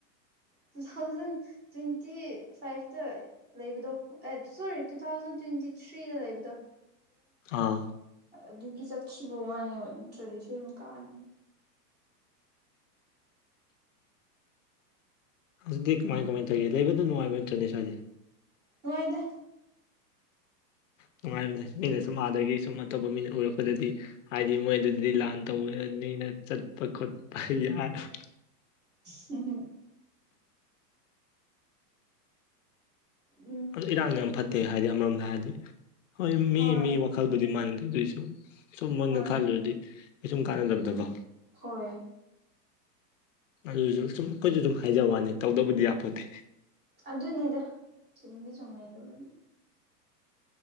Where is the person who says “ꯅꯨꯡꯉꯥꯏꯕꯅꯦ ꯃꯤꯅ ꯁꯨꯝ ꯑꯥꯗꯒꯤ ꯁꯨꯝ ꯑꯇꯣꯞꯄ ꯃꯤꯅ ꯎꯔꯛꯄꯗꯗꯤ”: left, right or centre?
Left